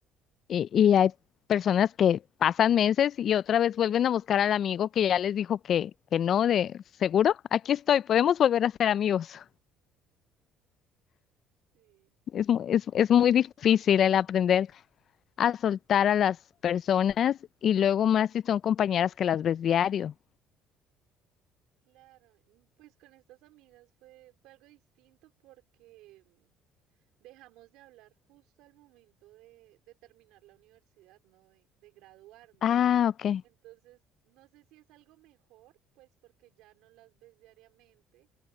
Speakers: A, on the left (about 40°); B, on the right (about 80°).
A: Y, y hay personas que pasan meses y otra vez vuelven a buscar al amigo que ya les dijo que, que no, de seguro, aquí estoy, podemos volver a ser amigos.
B: Sí.
A: Es, mu- es, es muy difícil el aprender. a soltar a las personas y luego más si son compañeras que las ves diario.
B: Claro, mm, pues con estas amigas fue, fue algo distinto porque mm, dejamos de hablar justo al momento de, de terminar la universidad, ¿no? De, de graduarnos.
A: Ah, ok.
B: Entonces, no sé si es algo mejor, pues porque ya no las ves diariamente,